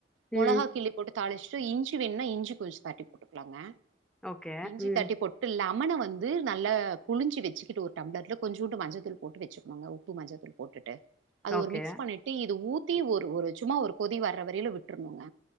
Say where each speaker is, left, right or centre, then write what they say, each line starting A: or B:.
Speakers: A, on the right (about 85°); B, in the centre.
A: மொளகா
B: ம்
A: கிள்ளி போட்டு தாளிச்சிட்டு இஞ்சி வேணுன்னா இஞ்சி கொஞ்சோ தட்டி போட்டுக்கலாங்க
B: ஓகே
A: இஞ்சி
B: ம்
A: தட்டி போட்டுலாம் லெமன வந்து நல்லா புளிஞ்சி வெச்சுகிட்டு ஒரு டப்ளர்ல கொஞ்சுண்டு மஞ்சள் தூள் போட்டு வச்சுக்கோங்க உப்பு மஞ்சத்தள் போட்டுட்டு அது
B: ஓகே
A: ஒரு மிக்ஸ் பண்ணிட்டு இது ஊத்தி ஒரு ஒரு சும்மா ஒரு கொதி வர்ற வரையிலு விட்ருனுங்க